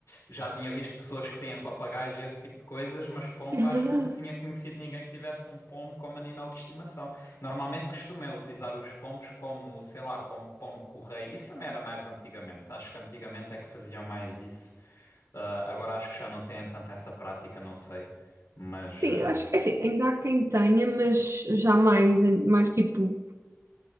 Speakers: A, on the left (about 80°); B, on the right (about 70°).
A: já tinha visto pessoas que têm papagaios e esse tipo de coisas, mas pombo
B: É
A: acho
B: verdade.
A: que nunca tinha conhecido ninguém que tivesse um pombo como animal de estimação. Normalmente costuma é utilizar os pombos como, sei lá, como pombo-correio. Isso também era mais antigamente. Acho que antigamente é que faziam mais isso. Ah, agora acho que já não têm tanto essa prática, não sei. Mas
B: Sim,
A: ah,
B: eu acho que é assim, ainda há quem tenha, mas já mais, mais tipo,